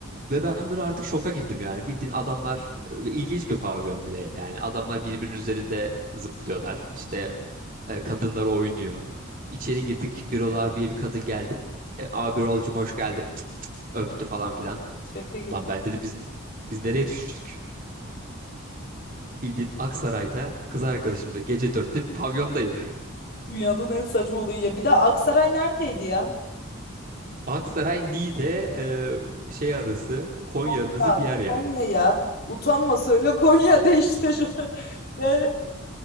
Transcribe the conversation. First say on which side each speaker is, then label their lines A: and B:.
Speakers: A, on the right; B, on the left.
A: Ve ben böyle artık şoka girdim yani. Bildiğin adamlar e, ilginç bir pavyon bir de yani. Adamlar birbirinin üzerinde zıplıyorlar. İşte e, kadınlar oynuyor. İçeri girdik Birol abiye bir kadın geldi. E, Abi Birol'cum hoş geldin. Cık, Öptü falan filan.
B: Şaka gibi.
A: Lan ben dedi biz biz nereye düştük? Bildiğin Aksaray'da kız arkadaşımla gece dörtte bir pavyondayım.
B: Dünyanın en saçma olayı ya. Bir de Aksaray neredeydi ya?
A: <laughs> Aksaray Niğde e, şey arası Konya
B: Konya.
A: arası bir yer yani.
B: Konya ya. Utanma söyle Konya'da işte. şu- <laughs> Yani